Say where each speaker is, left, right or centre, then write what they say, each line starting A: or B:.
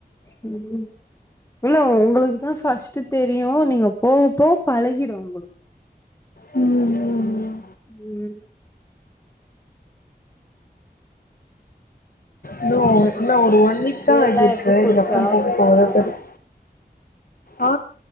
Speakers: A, on the left; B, on the left.
A: ம் ம் இல்ல உங்குளுக்கு தான் ஃபர்ஸ்ட்டு தெரியு நீங்க போவப்போவ பழகிடு உங்குளுக்கு
B: ம் ம் ம்
A: ம்
B: இன்னு
A: அப்புறம்
B: இன்னு ஒரு ஒன் வீக்
A: டே
B: தா ஆகிருக்கு
A: எல்லா எப்டி போச்சு
B: இதுக்கப்றோ போ
A: ஆஃபீஸ்ல
B: போக தா தெரியு ஆ